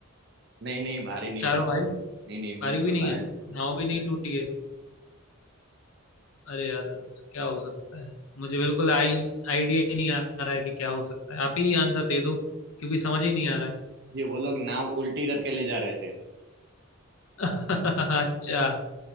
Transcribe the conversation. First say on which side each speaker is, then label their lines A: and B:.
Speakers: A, on the right; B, on the left.
A: नहीं भारी नहीं
B: चारों
A: है
B: भाई
A: नहीं नहीं
B: भारी
A: बिल्कुल
B: भी नहीं
A: भारी
B: है नाव भी नहीं टूटी है अरे यार क्या हो सकता है मुझे बिल्कुल आई आइडिया ही नहीं आ रहा है कि क्या हो सकता है आप ही आंसर दे दो क्योंकि समझ ही नहीं आ रहा
A: जी वो लोग नाव उल्टी करके ले जा रहे थे
B: है <laughs> अच्छा